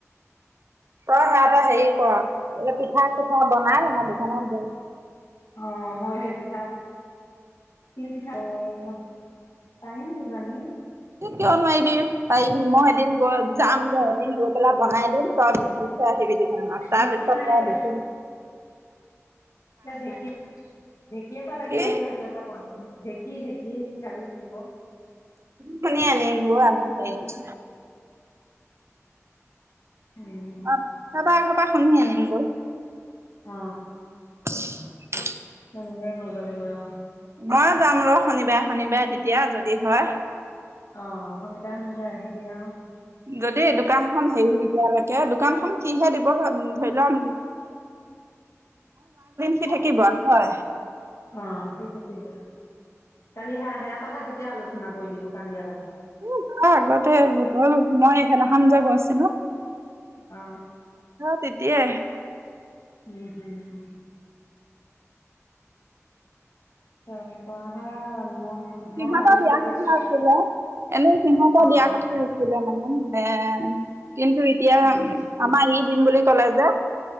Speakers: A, on the right (about 55°); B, on the left (about 85°).
A: তই সেয়া পা‌ হেৰি কৰ পিঠা চিঠা বনাই আমাৰ দোকানত দেগে
B: অ মই সেই পিঠাত তিল পিঠা মই পাৰিম কিজানি
A: এ কিয় নোৱাৰিবি পাৰি মই এদিন গৈ যাম গে এদিন গৈ পেলাই বনাই দিম তই বেছিথৈ আহিবি তাৰ
B: ঢেঁকী
A: পিছত
B: নাই
A: মই
B: যে
A: দিখো
B: ঢেঁকী ঢেঁকী এটা লাগিব
A: কি
B: যে সেইটো এটা প্ৰব্লেম ঢ়েকী ঢেঁকী পিঠাগুড়ি খুন্দিব
A: কিনি আনিম ক আমি সেইটো
B: উম,
A: অ তপা ঘৰ পৰা খুন্দি আনিম গৈ
B: অ
A: <inaudible>
B: তেনেকে কৰিব লাগিব অ
A: মই যাম ৰ শনিবাৰে শনিবাৰে তেতিয়া যদি হয়
B: অ শনিবাৰ শনিবাৰে আহিবি অ
A: যদি দোকানখনন হেৰি নিদিয়ালৈকে কে দোকানখন কিহে দিব ধৰি লোৱা সি
B: অ
A: থাকিব হয়
B: অ সি থাকিব, কালি হা সেয়াতে থাকিব তাকে আলোচনা কৰিলি দোকান দিয়াৰ কথা
A: উ আগতে হল মই সেইদিনাখন যে গৈছিলো
B: অ
A: তেতিয়া
B: উম হম <unintelligible>
A: সিহঁতৰ
B: মই ভাবিছো
A: দিয়া
B: এতিয়া
A: কথা
B: চব
A: আছিলে এনে সিহতৰ
B: অ',
A: দিয়া কথা আছিলে মানে মে কিন্তু এতিয়া
B: উম,
A: আমাৰ ই দিম বুলি কলে যে